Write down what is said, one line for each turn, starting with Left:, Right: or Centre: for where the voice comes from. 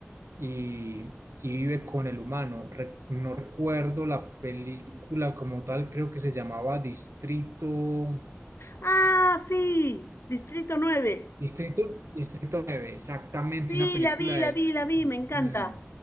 Right: y, y vive con el humano. Re- no recuerdo la película como tal, creo que se llamaba Distrito,
Left: Ah, sí, Distrito nueve
Right: Distrito, Distrito nueve exactamente,
Left: Sí,
Right: una película
Left: la vi,
Right: del
Left: la vi,
Right: 2009.
Left: la vi, me encanta.